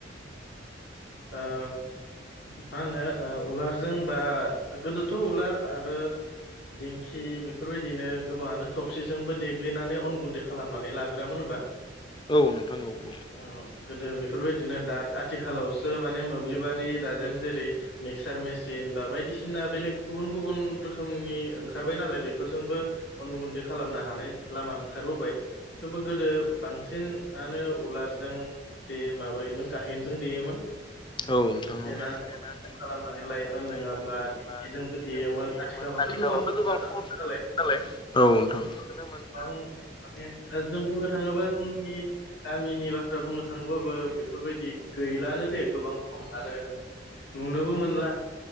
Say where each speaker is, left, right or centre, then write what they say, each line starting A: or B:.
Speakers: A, on the left; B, on the left.
A: <inaudible> ओ मा होनो ओ उलारजों बा गोदोथ' उलार आरो दिंखि बेफोरबायदिनो गोबाङानो थबसिजोंबो देग्लिनानै अन गुन्दै खालामनानै लाग ग्रोयामोन होमबा
B: औ नोंथां औ औ।
A: औ औ गोदो बेफोरबायदिनो दा आथिखालावसो माने मोब्लिबा रि दाजेम जेरै मिक्सार मेसिन बा बायदिसि थिना बेलेग गुबुन गुबुन रोखोमनि ओंखारबाय नालाय बेफोरजोंबो अन गुन्दै खालामनो हानाय लामा ओंखारबोबाय <unintelligible> गोदो बांसिनआनो उलारजों दे माबायोमोन गाहेनजों देयोमोन।
B: औ
A: देनानै
B: नोंथांनाव
A: खालामनानै
B: <unintelligible>
A: लायोमोन नङाब्ला
B: ब्ला
A: दिंखिजोंबो
B: दिंखिजोंबो
A: देयोमोन आथिखालावथ'
B: देयोमोन
A: गोबां खम जालांबाय
B: <unintelligible>
A: नालाय
B: औ नोंथां।
A: बां माने दा जों बुंनो थाङोबा जोंनि गामिनि बाथ्रा बुंनो थाङोबाबो बेफोरबायदि गैलानो दे गोबां खम आरो नुनोबो मोनला